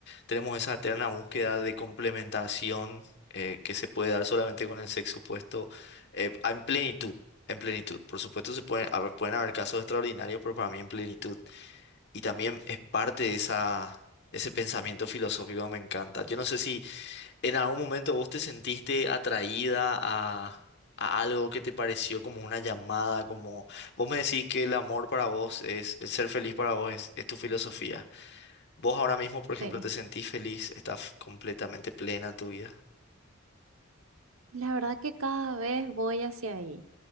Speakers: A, on the left (about 55°); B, on the right (about 75°).
A: tenemos esa eterna búsqueda de complementación eh, que se puede dar solamente con el sexo opuesto eh, en plenitud. En plenitud. Por supuesto, se pueden haber, pueden haber casos extraordinarios, pero para mí en plenitud. Y también es parte de esa, ese pensamiento filosófico que me encanta. Yo no sé si en algún momento vos te sentiste atraída a, a algo que te pareció como una llamada, como vos me decís que el amor para vos es, el ser feliz para vos es, es tu filosofía. Vos ahora mismo, por ejemplo,
B: Sí.
A: te sentís feliz, estás completamente plena en tu vida.
B: La verdad que cada vez voy hacia ahí.